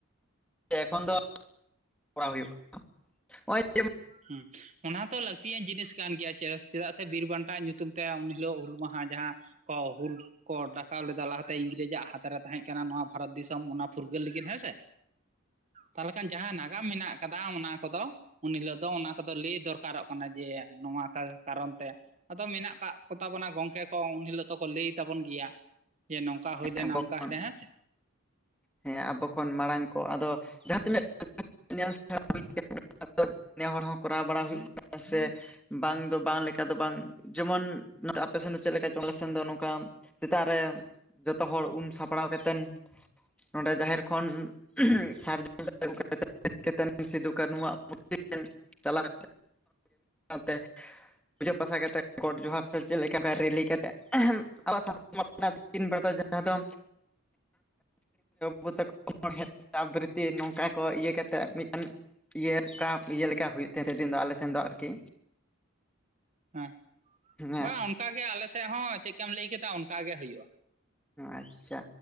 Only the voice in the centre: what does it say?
ᱮᱠᱷᱚᱱ ᱫᱚ ᱠᱚᱨᱟᱣ ᱦᱩᱭᱩᱜᱼᱟ ᱱᱚᱜᱼᱚᱭ ᱡᱮ
ᱟᱵᱚ
ᱠᱷᱚᱱ
ᱦᱮᱸ ᱟᱵᱚ ᱠᱷᱚᱱ ᱢᱟᱲᱟᱝ ᱠᱚ ᱟᱫᱚ ᱡᱟᱦᱟᱸ ᱛᱤᱱᱟᱹᱜ <unintelligible> ᱧᱮᱞ ᱥᱮ <unintelligible> ᱱᱮ ᱦᱚᱲ ᱦᱚᱸ ᱠᱚᱨᱟᱣ ᱵᱟᱲᱟ ᱦᱩᱭᱩᱜ ᱠᱟᱱᱟ ᱥᱮ ᱵᱟᱝ ᱫᱚ ᱵᱟᱝ ᱞᱮᱠᱟ ᱫᱚ ᱵᱟᱝ ᱡᱮᱢᱚᱱ ᱱᱚᱛᱮ ᱟᱯᱮ ᱥᱮᱱ ᱫᱚ ᱪᱮᱫ ᱞᱮᱠᱟ ᱪᱚᱝ, ᱟᱞᱮ ᱥᱮᱱ ᱫᱚ ᱱᱚᱝᱠᱟ ᱥᱮᱛᱟᱜ ᱨᱮ ᱡᱚᱛᱚ ᱦᱚᱲ ᱩᱢ ᱥᱟᱯᱲᱟᱣ ᱠᱟᱛᱮᱱ ᱱᱚᱸᱰᱮ ᱡᱟᱦᱮᱨ ᱠᱷᱚᱱ <unintelligible> ᱥᱟᱨᱡᱚᱢ ᱫᱟᱨᱮ ᱟ. ᱜᱩ ᱠᱟᱛᱮ ᱦ ᱠᱟᱛᱮ ᱥᱤᱫᱩ ᱠᱟᱱᱦᱩ ᱣᱟᱜ ᱯᱩᱨᱛᱤᱢᱟ ᱨᱮ ᱪᱟᱞᱟᱣ ᱠᱟᱛᱮᱜ <unintelligible> ᱯᱩᱡᱟᱹ ᱯᱟᱥᱟ ᱠᱟ ᱠᱟᱛᱮᱫ ᱜᱚᱴ ᱡᱚᱦᱟᱨ ᱥᱮ ᱪᱮᱫ ᱞᱮᱠᱟ ᱨᱤᱞᱤ ᱠᱟ ᱠᱟᱛᱮ ᱟᱵᱚᱣᱟ ᱜᱟᱲ ᱛᱤᱠᱤᱱ ᱵᱮᱲᱟ ᱫᱚ ᱡᱟᱦᱟᱸ ᱫᱚ ᱵ <unintelligible> ᱛᱟᱠᱚᱦᱵᱨᱤᱛᱤ ᱱᱚᱝᱠᱟ ᱠᱚ ᱤᱭᱟᱹ ᱠᱟ ᱠᱟᱛᱮᱮᱫ ᱢᱤᱫᱴᱮᱱ ᱤᱭᱟᱹᱠᱟ ᱤᱭᱟᱹ ᱞᱮᱠᱟ ᱦᱩᱭᱩᱜ ᱛᱮ ᱥᱮᱫᱤᱱ ᱫᱚ ᱟᱞᱮ ᱥᱮᱱ ᱫᱚ ᱟᱨᱠᱤ
ᱦᱮᱸ
ᱟᱪᱪᱷᱟ